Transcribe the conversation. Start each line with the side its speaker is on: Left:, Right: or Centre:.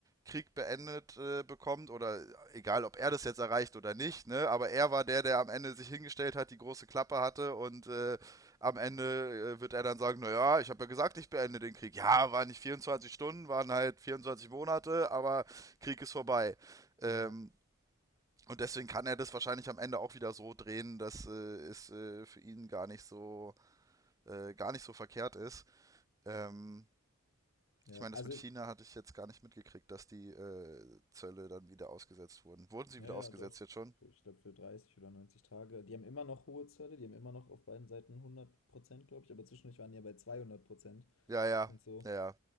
Right: Krieg beendet äh, bekommt oder egal, ob er das jetzt erreicht oder nicht, ne? Aber er war der, der am Ende sich hingestellt hat, die große Klappe hatte und äh, am Ende äh, wird er dann sagen, naja, ich habe ja gesagt, ich beende den Krieg. Ja, waren nicht 24 Stunden, waren halt 24 Monate, aber Krieg ist vorbei. Ähm,
Left: Ja,
Right: und deswegen kann er das wahrscheinlich am Ende auch wieder so drehen, dass äh, es äh, für ihn gar nicht so äh, gar nicht so verkehrt ist. Ähm,
Left: ja.
Right: ich meine, das
Left: Also,
Right: mit China hatte ich jetzt gar nicht mitgekriegt, dass die äh, Zölle dann wieder ausgesetzt wurden. Wurden sie
Left: ja,
Right: wieder
Left: ja,
Right: ausgesetzt
Left: doch.
Right: jetzt schon?
Left: Für, ich glaube, für 30 oder 90 Tage. Die haben immer noch hohe Zölle, die haben immer noch auf beiden Seiten hundert Prozent, glaube ich, aber zwischendurch waren die ja bei 200 Prozent
Right: Ja, ja,
Left: und so.
Right: ja, ja.